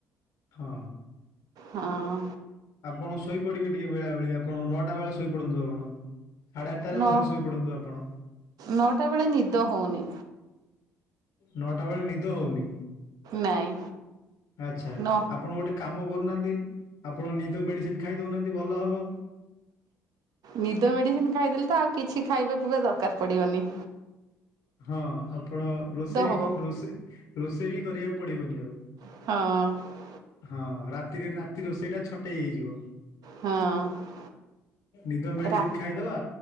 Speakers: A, on the left; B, on the right.
A: ହଁ
B: ହଁ
A: ଆପଣ ଶୋଇପଡିବେ ଟେ ବେଳେବେେଳେ ଆପଣ ନଅଟା ବେଳେ ଶୋଇପଡନ୍ତୁ ଆପଣ। ସାଢେ ଆଠଟାରେ
B: ନଅ
A: ମଧ୍ୟ ଶୋଇପଡନ୍ତୁ ଆପଣ।
B: ନଅଟା ବେଳେ ନିଦ ହଉନି
A: ନଅଟା ବେଳେ ନିଦ ହଉନି।
B: ନାଇଁ
A: ଆଛା
B: ନ
A: ଆପଣ ଗୋଟେ କାମ କ ନାହାନ୍ତି ଆପଣ ନିଦ ମେଡିସିନ ଖାଇଦଉନାହାନ୍ତି ଭଲ ହବ।
B: ନିଦ ମେଡିସିନ ଖାଇଦେଲେ ତ ଆଉ କିଛି ଖାଇବା ପିଇବା ଦରକାର ପଡିବନି।
A: ହଁ ଆପଣ ରୋଷେଇ
B: ହବ
A: ରୋଷେଇ ରୋଷେଇ ବି କରିବାକୁ ପଡିବନି ଆଉ।
B: ହଁ।
A: ହଁ ରାତିରେ ରାତି ରୋଷେଇଟା ଛଟେଇ ହେଇଯିବ।
B: ହଁ
A: ନିଦ ମେଡିସିନ
B: ରା
A: ଖାଇଦବା।